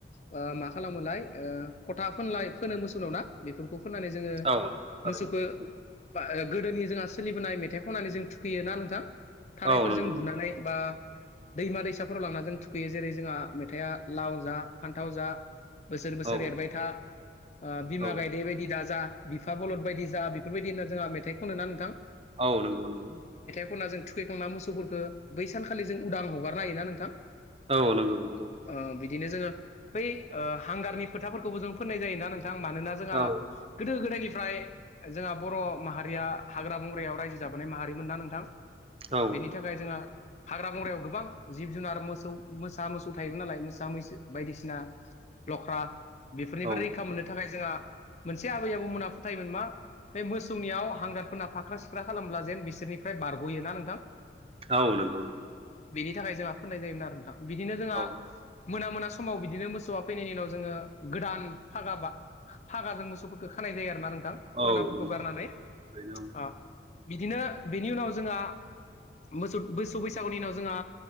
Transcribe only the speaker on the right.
औ नंगौ थारैनो
औ नंगौ
नंगौ
औ
औ
औ नंगौ नोंगौ
औ नंगौ नंगौ
औ
औ
औ
औ नंगौ नौ
औ
औ नंगौ
थारैनो